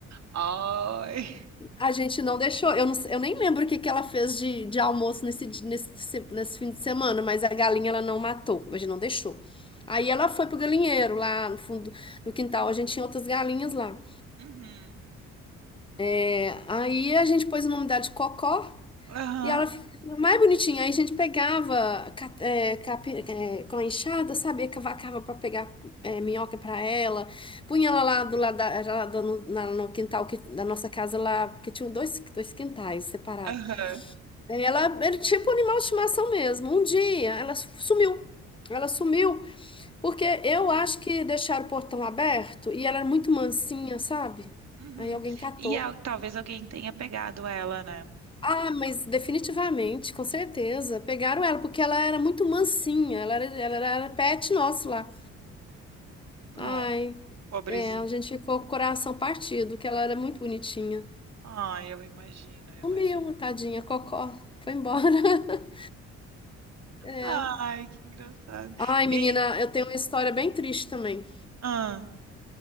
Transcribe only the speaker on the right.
Ai.
Uhum.
Aham.
Aham.
Uhum.
E al- talvez alguém tenha pegado ela, né?
Oh, pobrezinho.
Ai, eu imagino, eu imagino.
Ai, que engraçado.
E,
ah,